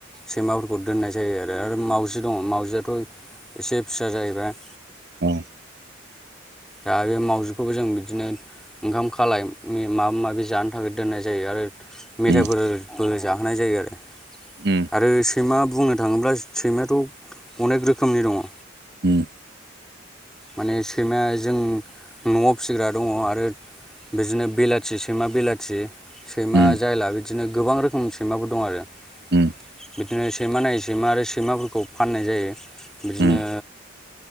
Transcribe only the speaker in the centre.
सैमाफोरखौ दोननाय जायो आरो आरो मावजि दङ मावजियाथ' एसे फिसा जाहैबाय।
दा बे मावजिखौबो जों बिदिनो ओंखाम खालाय मे माबा माबि जानो थाखाय दोननाय जायो आरो। मेथाइफोरबो
जाहोनाय जायो आरो।
ओ सैमा बुंनो थाङोब्ला सैमायाथ' अनेक रोखोमनि दङ।
माने सैमाया जों न'आव फिसिग्रा दङ आरो बिदिनो बिलाथि सैमा बिलाथि सैमा
जायला बिदिनो गोबां रोखोमनि सैमाबो दं आरो।
बिदिनो सैमा नायै सैमा आरो सैमाफोरखौ फाननाय जायो बिदिनो